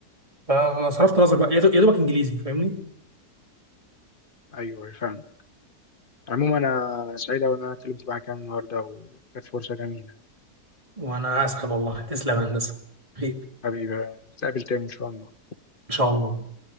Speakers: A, on the right (about 20°); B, on the left (about 40°).
A: فصرفت
B: آه،
A: نظر بقى يا دوب- يا دوبك انجليزي فاهمني
B: ايوه أيوه، فاهم عموما انا سعيد أوي ان انا اتكلمت معاك يعني النهارده وكانت فرصه جميله
A: وانا اسعد والله تسلم يا هندسه خير
B: حبيبي نتقابل تاني ان شاء الله
A: ان شاء الله